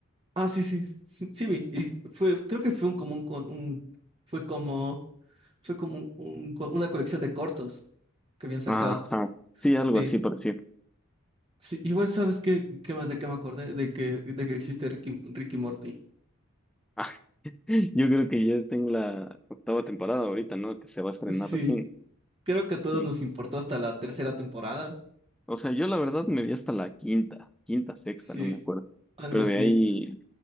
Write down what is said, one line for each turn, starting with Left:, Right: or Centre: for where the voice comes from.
Right: Ah, sí, sí, sí, sí vi. Y fue, creo que fue un común con un, fue como, fue como un- un co- una colección de cortos que habían sacado.
Centre: Ajá, sí, algo
Right: Sí.
Centre: así por decir.
Right: Sí, igual sabes qué, qué que, de qué me acordé, de que, de que existe Ricky, Ricky Morty.
Centre: Ah, <laughs> yo creo que ya está en la octava temporada ahorita, ¿no? Que se va a estrenar
Right: Sí.
Centre: recién.
Right: Creo que a todos
Centre: Sí.
Right: nos importó hasta la tercera temporada.
Centre: O sea, yo la verdad me vi hasta la quinta, quinta, sexta,
Right: Sí,
Centre: no me acuerdo.
Right: algo
Centre: Pero
Right: así.
Centre: de ahí